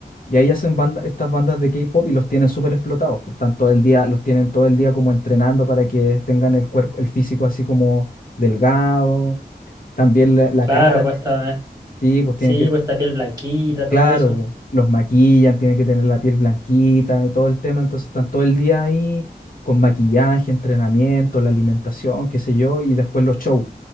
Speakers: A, on the left; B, on the right.
A: Y ahí hacen banda, estas bandas de K-pop y los tienen súper explotados. Pues están todo el día, los tienen todo el día como entrenando para que tengan el cuerpo, el físico así como delgado. También la, la
B: Claro,
A: cara,
B: pues esta,
A: sí, pues tienen
B: sí,
A: que
B: pues esta piel blanquita, todo
A: Claro,
B: eso.
A: po, los maquillan, tienen que tener la piel blanquita, de todo el tema, entonces están todo el día ahí con maquillaje, entrenamiento, la alimentación, qué sé yo, y después los shows.